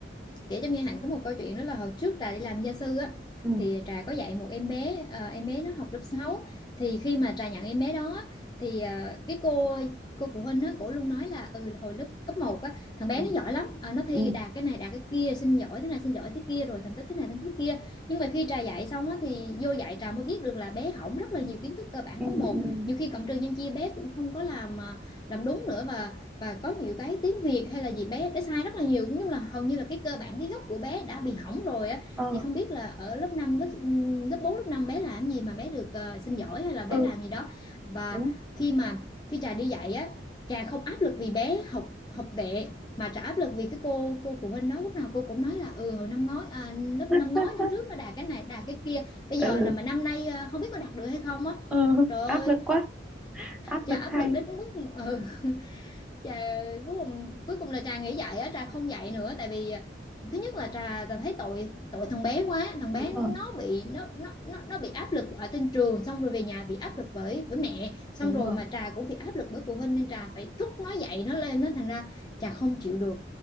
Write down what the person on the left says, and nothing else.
kể cho nghe Hạnh có một câu chuyện đó là hồi trước Trà đi làm gia sư á
thì Trà có dạy một em bé ờ, em bé nó học lớp sáu thì khi mà Trà nhận em bé đó á, thì ờ, cái cô cô phụ huynh á cổ luôn nói là ừ là hồi lớp cấp một á thằng bé
nó giỏi lắm Ờ, nó thi
đạt cái này đạt cái kia xin giỏi thế này xin giỏi thế kia rồi thành tích thế này thành tích thế kia nhưng mà khi Trà dạy xong á thì vô dạy Trà mới biết được là bé hỏng rất là nhiều kiến thức cơ bản
cấp một
nhiều khi cộng trừ nhân chia bé cũng không có làm ờ, làm đúng nữa và và có nhiều cái tiếng Việt hay là gì bé bé sai rất là nhiều nói chung là hầu như là cái cơ bản cái gốc của bé đã bị hỏng rồi á
thì không biết là ở lớp năm lớp lớp 4 lớp 5 bé làm gì mà bé được ờ, xin giỏi hay là bé
làm gì đó và
khi mà khi Trà đi dạy á Trà không áp lực vì bé học học tệ mà Trà áp lực vì cái cô cô phụ huynh đó lúc nào cô cũng nói là ừ hồi năm ngoái à, lớp
năm ngoái năm trước nó đạt cái này đạt cái kia bây
giờ là mà năm nay ờ, không biết có đạt được hay không á
Trời ơi,
Trà
áp
lực đến mức ừ, trà cuối cùng cuối cùng là trà nghĩ vậy á trà không dạy nữa tại vì à, thứ nhất là trà trà thấy tội tội thằng bé quá thằng bé
nó bị nó nó nó nó bị áp lực ở trên trường xong rồi về nhà bị áp lực bởi bởi mẹ xong
rồi
mà trà cũng bị áp lực bởi phụ huynh nên trà phải thúc nó dạy nó lên nó thành ra trà không chịu được